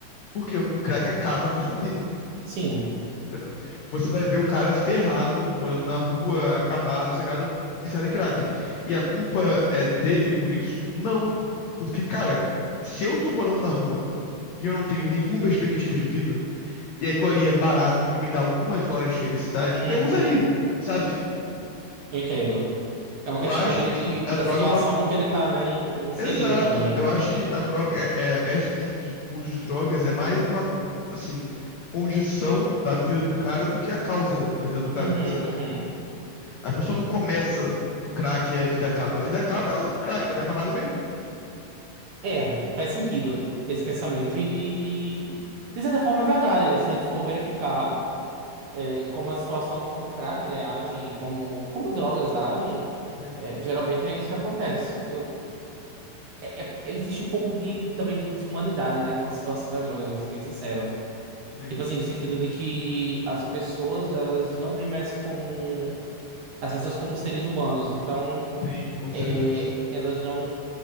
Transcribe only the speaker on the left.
Por quê? Porque o crack acaba com a sua vida.
entendeu? Você vai ver o cara ferrado, morando na rua, acabado, sem nada, viciado em crack. E a culpa é dele por isso? Não. Porque, cara, se eu tô morando na rua e eu não tenho nenhuma perspectiva de vida, e aquilo ali é barato e me dá algumas horas de felicidade,
eu usaria, sabe? <laughs>
Eu
acho
que, tipo,
a
droga
é uma.
Exato,
eu acho que a droga, é, é- esse tipo de uso de drogas é mais uma, assim, condição da vida do cara do que a causa da, da vida do cara,
sabe?
A pessoa não começa no crack e a vida acaba. A vida acaba, ela vai pro crack, ela tá acabada mesmo.
Sim,
sim,
sim, com
certeza.